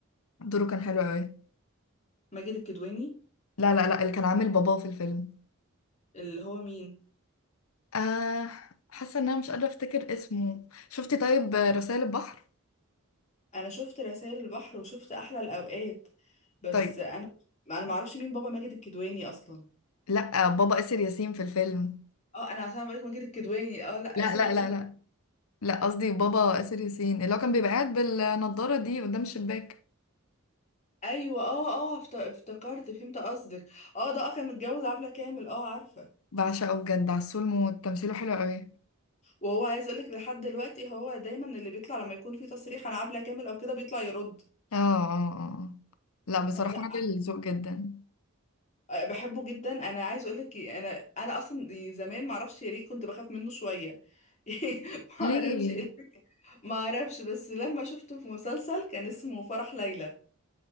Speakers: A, on the left; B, on the left.
A: دوره كان حلو قوي
B: ماجد الكدواني
A: لا لا لا اللي كان عامل باباه في الفيلم
B: اللي هو مين
A: آه حاسة ان انا مش قادرة افتكر اسمه شفتي طيب رسائل البحر
B: انا شفت رسائل البحر وشفت احلى الاوقات بس
A: طيب
B: انا انا ما اعرفش مين بابا ماجد الكدواني اصلا
A: لا بابا آسر ياسين في الفيلم
B: اه انا عشان عليك ماجد الكدواني اه لا
A: لا
B: اسر
A: لا
B: ياسين
A: لا لا لا قصدي بابا آسر ياسين اللي هو كان بيبقى قاعد بالنضارة دي قدام الشباك
B: ايوه اه اه افت- افتكرت فهمت قصدك اه ده اه كان متجوز عبلة كامل اه عارفه
A: بعشقه بجد عسول موت تمثيله حلو قوي
B: وهو عايز اقولك لحد دلوقتي هو دايما اللي بيطلع لما يكون في تصريح عن عبلة كامل او كده بيطلع يرد
A: اه اه اه لا بصراحة
B: اه لا
A: راجل
B: عارفة.
A: ذوق جدا
B: آه، بحبه جدا انا عايز اقولك انا انا اصلا زمان ما اعرفش ليه كنت بخاف منه شويه <laughs>
A: ليه
B: ما اعرفش إيه ما اعرفش بس لما شفته في مسلسل كان اسمه فرح ليلى